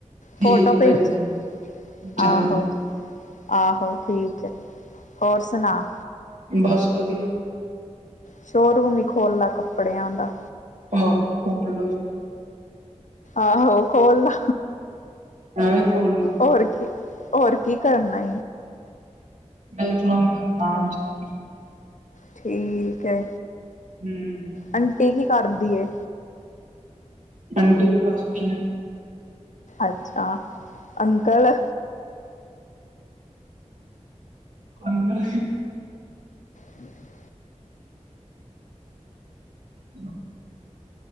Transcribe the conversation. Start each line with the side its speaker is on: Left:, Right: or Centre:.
Left: ਫੋਟੋ
Right: ਠੀਕ
Left: ਭੇਜੀ
Right: ਭੇਜਣਾ
Left: ਆਹੋ।
Right: ਚੰਗਾ
Left: ਆਹੋ ਠੀਕ ਹੈ ਹੋਰ ਸੁਣਾ।
Right: ਬਸ ਵਧੀਆ।
Left: ਸ਼ੋਰੂਮ ਹੀ ਖੋਲ੍ਹਲਾ ਕੱਪੜਿਆਂ ਦਾ।
Right: ਹਹ ਹੋ।
Left: ਆਹੋ ਖੋਲਲਾ।
Right: ਐਵੇਂ ਖੋਲ ਲਾ
Left: ਹੋਰ ਕੀ, ਹੋਰ ਕੀ ਕਰਨਾ।
Right: ਬਿਲਕੁਲ ਬਿਲਕੁਲ ਹਾਂ। <unintelligible>
Left: ਠੀਕ ਹੈ।
Right: ਹਮ
Left: ਆਂਟੀ, ਕੀ ਕਰਦੀ ਏ।
Right: ਆਂਟੀ ਕੇ, ਪਾਸ ਹੈ।
Left: ਅੱਛਾ। ਅੰਕਲ?
Right: ਅੰਕਲ।
Left: ਹਮਮ।
Right: ਕਿ